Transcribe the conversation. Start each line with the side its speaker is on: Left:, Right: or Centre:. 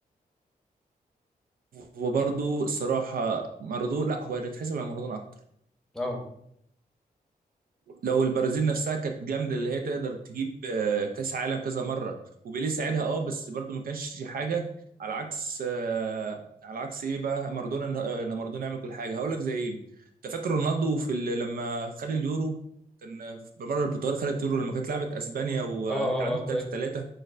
Right: وبرضه الصراحة مارادونا لا هو اللي يتحسب على مارادونا أكتر
Centre: اه
Right: لو البرازيل نفسها كانت جامدة اللي هي تقدر تجيب آه، كأس عالم كذا مرة وبيليه ساعدها أه بس برضه ما كانش حاجة على عكس آه، على عكس إيه بقى مارادونا إن آه، إن مارادونا يعمل كل حاجة هقول لك زي إيه أنت فاكر رونالدو في ال- لما خد اليورو كان في مرة البرتغال خدت اليورو لما كانت لعبت أسبانيا وتعادلوا
Centre: اه اه اه فاكر
Right: 3-3